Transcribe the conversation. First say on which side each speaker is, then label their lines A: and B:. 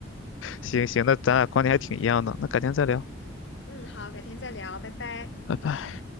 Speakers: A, on the left; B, on the left.
A: 行行，那咱俩观点还挺一样的，那改天再聊，
B: 嗯，好，改天再聊，拜拜。
A: 拜拜。